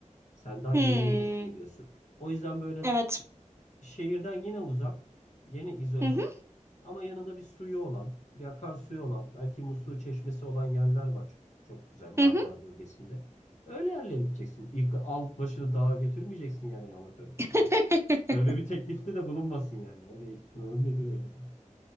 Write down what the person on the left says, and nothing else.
Sen daha
yeni yeni geliyorsun. O yüzden böyle
Şehirden yine uzak, gene izole
ama yanında bir suyu olan, bir akarsuyu olan, belki musluğu çeşmesi olan yerler var. Çok, çok güzel Marmara
bölgesinde. Öyle yerlere gideceksin. İlk al başını dağa götürmeyeceksin yani amatör birine.
Öyle bir teklifte de bulunmasın yani. O ne, o nedir öyle?